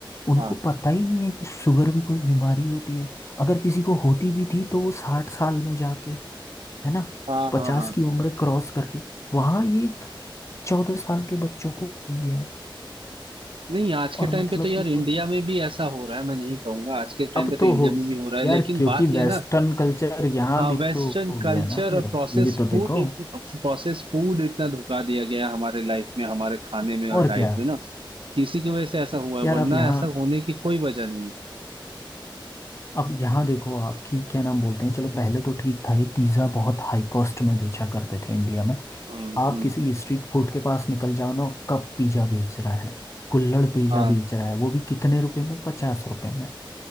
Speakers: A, on the left; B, on the right.
A: उनको
B: हाँ
A: पता ही नहीं है कि शुगर भी कोई बीमारी होती है अगर किसी को होती भी थी तो वो साठ साल में जाके है ना
B: हाँ
A: पचास
B: हाँ हाँ
A: की उम्र क्रॉस करके वहाँ ये चौदह साल के बच्चों को वही है
B: नहीं आज के
A: और
B: टाइम
A: मतलब
B: पे तो यार
A: कि
B: इंडिया
A: कोई
B: में भी ऐसा हो रहा है मैं नहीं कहूंगा आज के टाइम
A: अब
B: पे तो
A: तो
B: इंडिया
A: हो
B: में भी हो रहा है
A: यार
B: लेकिन
A: क्योंकि
B: बात यह
A: वेस्टर्न
B: है ना
A: कल्चर यहाँ
B: हाँ
A: भी
B: वेस्टर्न
A: तो हो
B: कल्चर
A: गया ना फिर
B: और प्रोसेस
A: ये भी तो
B: फूड
A: देखो
B: प्रोसेस फूड इतना धुका दिया गया है हमारे लाइफ में हमारे खाने में और
A: और
B: डाइट
A: क्या
B: में ना किसी की वजह से ऐसा हुआ है
A: यार
B: वरना
A: आप यहाँ
B: ऐसा होने की कोई वजह नहीं है
A: अब यहाँ देखो आपकी क्या नाम बोलते हैं चलो पहले तो ठीक था ये पिज़्ज़ा बहुत हाई कॉस्ट में बेचा करते थे इंडिया में
B: हम्म
A: आप
B: हम्म
A: किसी स्ट्रीट फूड के पास निकल जाओ ना कब पिज़्ज़ा बेच रहा है कुल्हड़ पिज़्ज़ा
B: हाँ
A: बेच रहा है वो भी कितने रुपए में पचास रुपए में